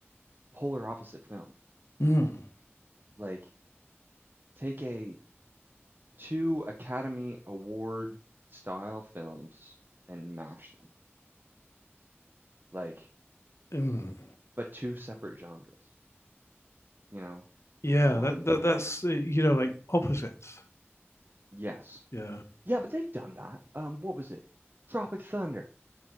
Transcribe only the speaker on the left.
Mm,
mm.
Yeah,
that, that that's uh, you know like opposites.
Yeah.